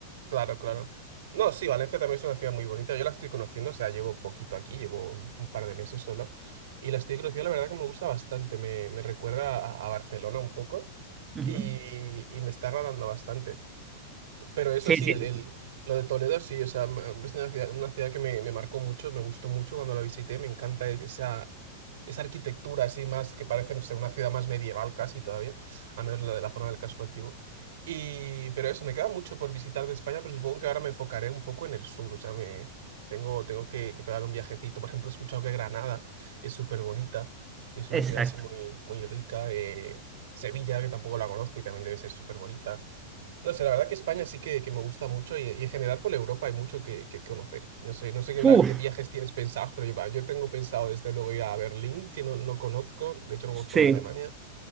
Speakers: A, on the right; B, on the right.
A: claro, claro. No, sí, Valencia también es una ciudad muy bonita. Yo la estoy conociendo, o sea, llevo poquito aquí, llevo un par de meses solo. Y la estoy conociendo, la verdad que me gusta bastante. Me, me recuerda a, a Barcelona un poco
B: Ujú.
A: y, y me está agradando bastante. Pero eso
B: Sí,
A: sí,
B: sí,
A: el, el- lo de Toledo sí, o sea, m- es una ciudad, una ciudad que me, me marcó mucho, me gustó mucho cuando la visité, me encanta e, esa, esa arquitectura así más que parece, no sé, una ciudad más medieval casi todavía, al menos la de la zona del casco antiguo. Y, pero eso, me queda mucho por visitar de España, pero supongo que ahora me enfocaré un poco en el sur, o sea, me, tengo, tengo que, que pegar un viajecito. Por ejemplo, he escuchado que Granada es súper bonita, que es una
B: exacto.
A: ciudad así muy, muy rica. eh, Sevilla, que tampoco la conozco y también debe ser súper bonita. No sé, la verdad que España sí que, que me gusta mucho y, y en general por Europa hay mucho que, que conocer. No sé, no sé qué, pla-
B: Uf,
A: qué viajes tienes pensados, pero yo, va, yo tengo pensado desde luego ir a Berlín, que no, no conozco, de hecho no
B: sí.
A: conozco nada de Alemania,